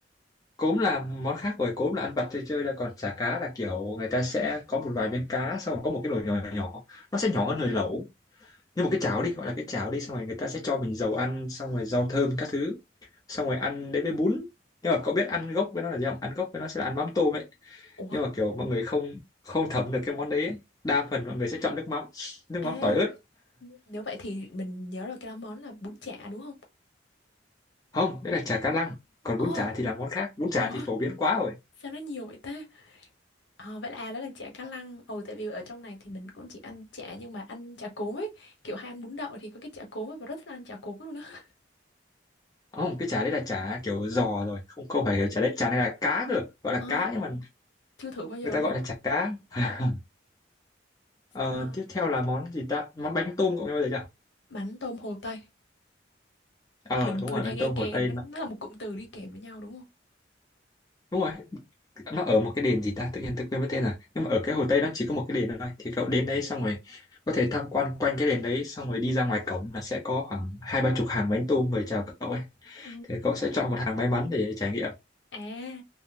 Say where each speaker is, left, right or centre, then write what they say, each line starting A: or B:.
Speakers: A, on the left; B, on the left.
A: cốm là món khác rồi cốm là ăn vặt chơi chơi là còn chả cá là kiểu người ta sẽ có một vài miếng cá xong rồi có một cái nồi nhỏ nhỏ nó sẽ nhỏ hơn nồi lẩu như một cái cháo đi gọi là cái cháo đi xong rồi người ta sẽ cho mình dầu ăn xong rồi rau thơm các thứ xong rồi ăn đến với bún nhưng mà cậu biết ăn gốc với nó là gì không ăn gốc với nó sẽ là ăn mắm tôm ấy
B: Ủa,
A: nhưng mà kiểu mọi người không không thấm được cái món đấy ấy. đa phần mọi người sẽ chọn nước mắm nước
B: à
A: mắm tỏi ớt
B: nếu vậy thì mình nhớ rồi cái đó món là bún chả đúng không?
A: không đấy là chả cá lăng còn
B: Ồ,
A: bún chả thì là món khác bún chả
B: ủa
A: thì phổ biến quá rồi
B: sao nó nhiều vậy ta? Ờ, vậy là à, đó là chả cá lăng. Ồ, tại vì ở trong này thì mình cũng chỉ ăn chả nhưng mà ăn chả cốm ấy. Kiểu hay ăn bún đậu thì có cái chả cốm ấy, và rất thích ăn chả cốm luôn á.
A: không cái chả đấy là chả kiểu giò rồi không không phải kiểu chả đấy chả này là cá rồi gọi là
B: Ờ,
A: cá nhưng mà
B: chưa thử bao giờ
A: người ta
B: luôn.
A: gọi là chả cá <laughs> Ờ,
B: Ờ,
A: tiếp theo là món gì ta món bánh tôm cậu nghe bao giờ chưa
B: bánh tôm Hồ Tây.
A: ờ
B: Mình
A: đúng
B: mình
A: rồi
B: hay
A: bánh
B: nghe
A: tôm
B: kèm
A: Hồ Tây
B: nó, nó là một cụm từ đi kèm với nhau đúng không?
A: đúng rồi nó ở một cái đền gì ta tự nhiên tôi quên mất tên rồi nhưng mà ở cái Hồ Tây nó chỉ có một cái đền thôi thì cậu đến đấy xong rồi có thể tham quan quanh cái đền đấy xong rồi đi ra ngoài cổng là sẽ có khoảng hai ba chục hàng bánh tôm mời chào cậu ấy
B: Ừ.
A: thì cậu sẽ chọn một hàng may mắn để trải nghiệm
B: À,